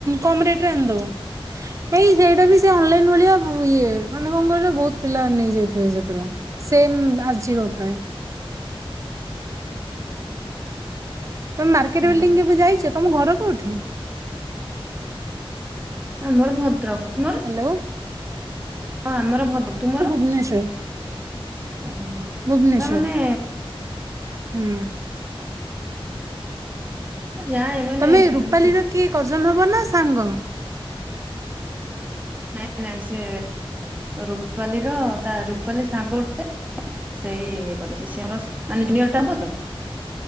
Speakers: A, on the right; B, on the right.
A: କମ୍ ରେଟରେ ଆଣିଦେବ। ନାଇଁ ସେଇଟାବି ସେ ଅନଲାଇନ୍ ଭଳିଆ ଇଏ ମାନେ କଣ କହିଲ ବହୁତ୍ ପିଲା ନେଇଯାଇଥିବେ ସେଥିରୁ ସେମ୍ ଆସିଯିବ ପ୍ରାୟେ। ତମେ ମାର୍କେଟ
B: ହୁଁ।
A: ବିଲଡିଂ କେବେ ଯାଇଚ ତମ ଘର କୋଉଠି?
B: ଆମର ଭଦ୍ରକ ତୁମର
A: ହ୍ୟାଲୋ
B: ହଁ ଆମର ଭ ତୁମର?
A: ଭୂବନେଶ୍ବର।
B: ଓହୋ।
A: ଭୁବନେଶ୍ୱର
B: ପୁରା ମାନେ
A: ହୁଁ।
B: ମୁଁ ଯାଏ ମାନେ
A: ତମେ ରୁପାଲିର
B: ଏମିତି
A: କିଏ କଜନ ହବନା ସାଙ୍ଗ?
B: ନାଇଁ ନାଇଁ ସେ ରୁପାଲିର ତା ରୂପାଲି ସାଙ୍ଗର ସେଇ ଇଏ କରିଚି ସିଏମୋର ମାନେ ଜୁନିଅର୍ଟା ହବତ।